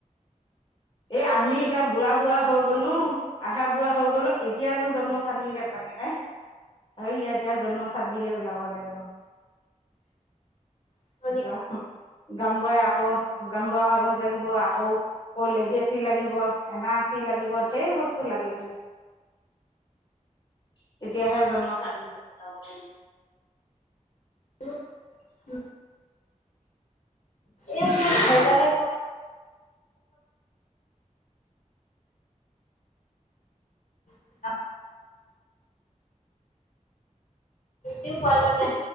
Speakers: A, on the left (about 35°); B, on the left (about 75°).
A: এই আমি এতিয়া বুঢ়া বুঢ়া হৈ গলো আধা বুঢ়া হৈ গলো এতিয়ানো জন্ম চাৰ্টিফিকেট লাগে নাই আৰু ই এতিয়া জন্ম চাৰ্টিফিকেট ওলাব লাগিব
B: এইবিলাক
A: <inaudible> গাম বুঢ়াই আকৌ গাম বুঢ়া কাগজ লাগিব আকৌ অ লিগেচি লাগিব এনাৰ চি লাগিব ঢেৰ বস্তু লাগে বোলে তেতিয়াহে জন্ম চাৰ্টিফিকেট ওলাব পাৰিব
B: <inaudible> এই মই খাই য পোৱা কি পোৱা যান নাই